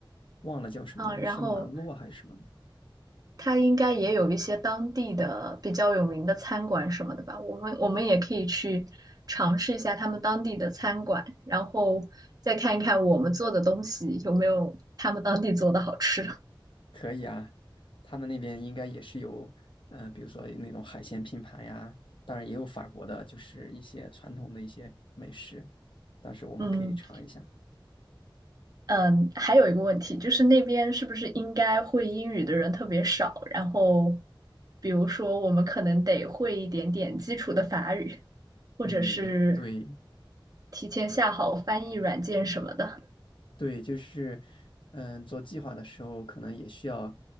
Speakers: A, on the left; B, on the right.
A: 忘了叫什么了，
B: 啊，然后
A: 圣马洛还是什么的。
B: 他应该也有一些当地的比较有名的餐馆什么的吧？我们我们也可以去尝试一下他们当地的餐馆，然后再看一看我们做的东西有没有他们当地做的好吃。
A: 可以啊，他们那边应该也是有，呃，比如说那种海鲜拼盘呀，当然也有法国的，就是一些传统的一些美食，到时候我们可以尝一下。
B: <laughs> 嗯。嗯，还有一个问题就是那边是不是应该会英语的人特别少？然后，比如说我们可能得会一点点基础的法语，或者是
A: 嗯，对，
B: 提前下好翻译软件什么的
A: 对，就是，嗯，做计划的时候可能也需要